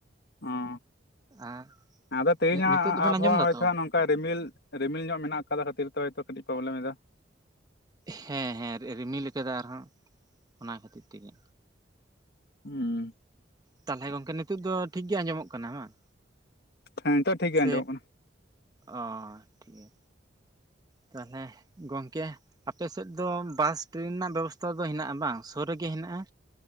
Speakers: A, on the left (about 60°); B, on the right (about 20°).
A: ᱚ
B: ᱟᱨ
A: ᱟᱫᱚ ᱛᱮᱦᱮᱧᱟᱜ
B: ᱱᱤᱛᱚᱜ
A: ᱟ
B: ᱫᱚᱵᱮᱱ
A: ᱟᱵᱚᱦᱟᱣᱟ
B: ᱟᱸᱡᱚᱢ ᱫᱟᱛᱚ
A: ᱦᱚᱭᱛᱚ ᱱᱚᱝᱠᱟᱭ ᱨᱤᱢᱤᱞ ᱨᱤᱢᱤᱞ ᱧᱚᱜ ᱢᱮᱱᱟᱜ ᱠᱟᱫᱟ ᱠᱷᱟᱹᱛᱤᱨ ᱛᱮ ᱦᱚᱭᱛᱚ ᱠᱟᱹᱴᱤᱡ ᱯᱚᱵᱽᱞᱮᱢ ᱮᱫᱟ ᱾
B: ᱦᱮᱸᱻ ᱦᱮᱸᱻ ᱨᱤᱢᱤᱞ ᱠᱟᱫᱟ ᱟᱨᱦᱚᱸ ᱚᱱᱟ ᱠᱷᱟᱹᱛᱤᱨ ᱛᱮᱜᱮ᱾
A: ᱩᱸᱻ᱾
B: ᱛᱟᱞᱦᱮ ᱜᱚᱝᱠᱮ ᱱᱤᱛᱳᱜ ᱫᱚ ᱴᱷᱤᱠᱜᱮ ᱟᱸᱡᱚᱢᱚᱜ ᱠᱟᱱᱟ ᱵᱟᱝ?
A: ᱦᱮᱸ ᱱᱤᱛᱚᱜ ᱴᱷᱤᱠᱜᱤ
B: ᱥᱮ
A: ᱟᱸᱡᱚᱢᱚᱜ ᱠᱟᱱᱟ ᱾
B: ᱚ ᱴᱷᱤᱠ ᱜᱮᱭᱟ᱾ ᱛᱟᱦᱚᱞᱮ ᱜᱚᱝᱠᱮ ᱟᱯᱮ ᱥᱮᱫ ᱫᱚ ᱵᱟᱥ ᱴᱨᱮᱹᱱ ᱨᱮᱱᱟᱜ ᱵᱮᱵᱚᱥᱛᱷᱟ ᱫᱚ ᱦᱮᱱᱟᱜᱼᱟ ᱵᱟᱝ? ᱥᱩᱨ ᱨᱮᱜᱮ ᱦᱮᱱᱟᱜᱼᱟ?